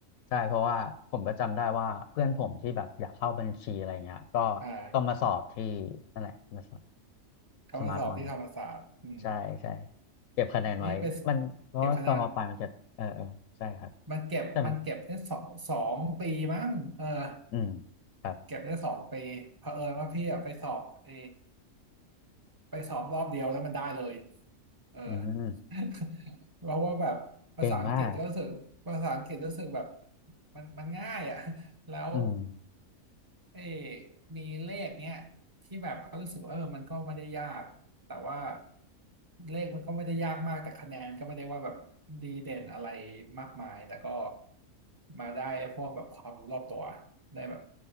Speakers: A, on the left; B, on the right.
A: ใช่เพราะว่าผมก็จำได้ว่าเพื่อนผมที่แบบอยากเข้าบัญชีอะไรเงี้ยก็
B: อ่า
A: ต้องมาสอบที่นั่นแหละมาสอบ
B: เขามาสอบที่ธรรมศาสตร์อืม
A: สมาร์ทวันใช่ใช่เก็บคะแนนไว้มันเพราะว่าตอนมาปลายมันจะเออเออใช่ครับ
B: นี่ไปเก็บคะแนนมันเก็บมันเก็บได้สองสองปีมั้งเออ
A: ใช่ไหมอืมครับ
B: เก็บได้สองปีเผอิญว่าพี่อะไปสอบเอ ไปสอบรอบเดียวแล้วมันได้เลยเออ
A: อืม
B: <laughs> เพราะว่าแบบภาษาอังกฤษก็รู้สึกภาษาอังกฤษรู้สึกแบบ
A: เก่งมาก
B: มันมันง่ายอ่ะ <laughs> แล้ว
A: อืม
B: เอ้ยมีเลขเนี้ยที่แบบก็รู้สึกว่าเออมันก็ไม่ได้ยากแต่ว่าเลขมันก็ไม่ได้ยากมากแต่คะแนนก็ไม่ได้ว่าแบบดีเด่นอะไรมากมายแต่ก็มาได้พวกแบบความรู้รอบตัวได้แบบ